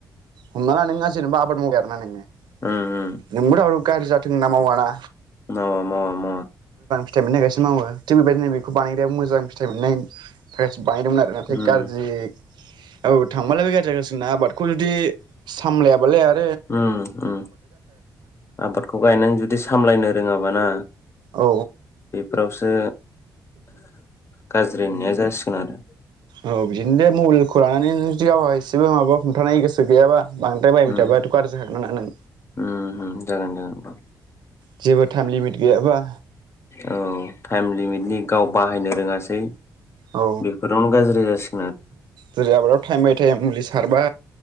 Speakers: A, on the right; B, on the left.
A: हमना ला नोंआ जेनोबा आबाद मावबाय आरो ना नों
B: ओं ओं
A: नोंबो दाव गाज्रि जाथोंना मावाना
B: औ म म म
A: <unintelligible> मावो थिग बेबायदिनो बेखौ बानायग्राया मोजां फिथाइ मोननाय <inaudible> बानायदोंमोन आरो नाथाय
B: उम
A: गाज्रि औ थांबालायबो गाज्रि जागासिनो जोंना आबादखौ जुदि सामलायाबालाय आर
B: उम उन आबादखौ गायनानै जुदि सामलायनो रोङाबाना
A: औ
B: बेफोरावसो गाज्रि होननाया जासिगो गोन आरो
A: औ बिदिनो दे मबे खौ लानानै नों जियाव आयस जेबो माबा हमथानाय गोसो गैयाबा बांद्राय बाहायबाय
B: उम
A: थाबाथ' गाज्रि जाखागोनानो।
B: उम उम <inaudible>
A: जेबो टाइम लिमिट गैयाबा
B: औ टाइम लिमिटनि गाव बाहायनो रोङासै
A: औ
B: बेफोरावनो गाज्रि जासि
A: जेरै आबादाव टाइमबाय टाइम मुलि सारबा